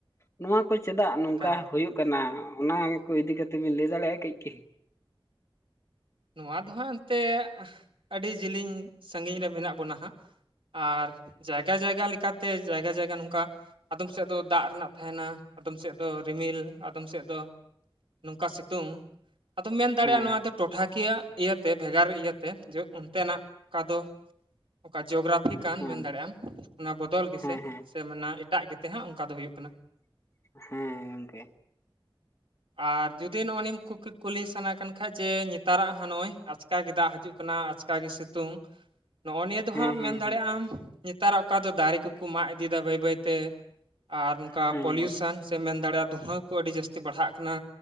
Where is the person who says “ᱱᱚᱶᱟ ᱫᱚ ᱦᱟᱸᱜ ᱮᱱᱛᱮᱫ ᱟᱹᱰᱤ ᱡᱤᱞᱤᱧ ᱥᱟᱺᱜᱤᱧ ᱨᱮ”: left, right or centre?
Right